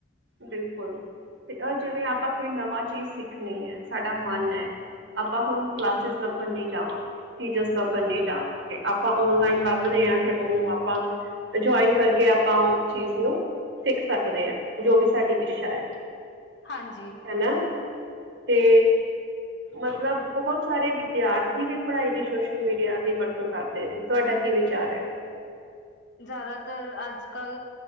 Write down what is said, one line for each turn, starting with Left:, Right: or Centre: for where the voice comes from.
Right: ਬਿਲਕੁਲ ਤੇ ਅ ਜਿੜਾ ਆਪਾਂ ਕੋਈ ਨਵਾ ਚੀਜ਼ ਸਿੱਖਨੀ ਏ, ਸਾਡਾ ਮਨ ਐ। ਆਪਾ ਹੁਨ ਕਲਾਸਿਸ ਲੱਭਨ ਨਈ ਜਾਵਾਂਗੇ, ਟੀਚਰਸ ਲੱਭਨ ਨੀ ਜਾਵਾਂਗੇ, ਆਪਾਂ ਓਨਲਾਈਨ ਲੱਭ ਲਿਆ। ਤੇ ਉਨੂੰ ਆਪਾ ਜੋਇਨ ਕਰਕੇ, ਆਪਾ ਉਹ ਚੀਜ਼ ਨੂੰ ਸਿੱਖ ਸਕਦੇ ਆ। ਜੋ ਵੀ ਸਾਡੀ ਇਸ਼ਾ ਹੈ।
Left: ਹਾਂਜੀ
Right: ਹਨਾ ਤੇ ਮਤਲਬ ਬਹੁਤ ਸਾਰੇ ਵਿਦਿਆਰਥੀ ਵੀ ਪੜ੍ਹਾਈ ਦੀ ਸੋਸ਼ਲ ਮੀਡੀਆ ਦੀ ਵਰਤੋਂ ਕਰਦੇ ਨੇ ਤੁਹਾਡਾ ਕੀ ਕੀ ਵਿਚਾਰ ਹੈ।
Left: ਜਿਆਦਾਤਰ ਅਜ ਕਲ